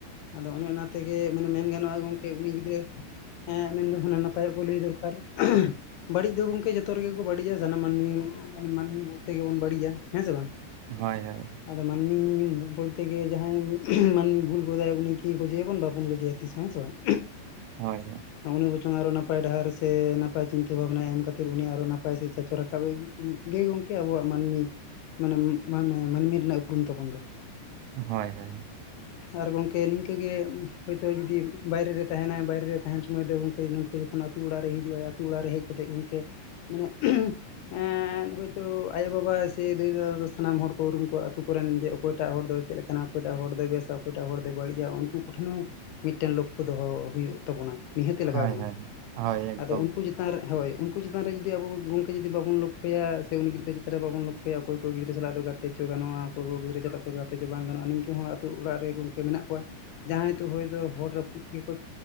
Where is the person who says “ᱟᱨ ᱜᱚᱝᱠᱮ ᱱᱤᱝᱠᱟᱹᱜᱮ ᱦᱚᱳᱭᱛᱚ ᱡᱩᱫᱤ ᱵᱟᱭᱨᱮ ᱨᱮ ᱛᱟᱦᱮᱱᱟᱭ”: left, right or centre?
Left